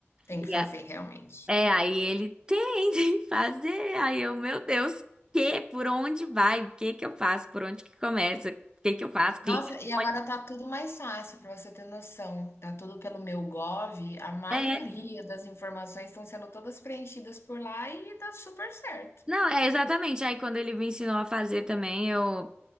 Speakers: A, on the left; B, on the right.
A: Tem
B: e
A: que fazer
B: a-
A: realmente.
B: é, aí ele tem <laughs> tem que fazer. Aí eu, meu Deus, que? Por onde vai? O que que eu faço? Por onde que começa? O que que eu faço? Clica.
A: Nossa, e agora
B: onde-
A: tá tudo mais fácil para você ter noção. Tá tudo pelo meu Gov, a maioria
B: É,
A: das informações estão sendo todas preenchidas por lá e tá super certo.
B: não, é exatamente. Aí quando ele me ensinou a fazer também, eu.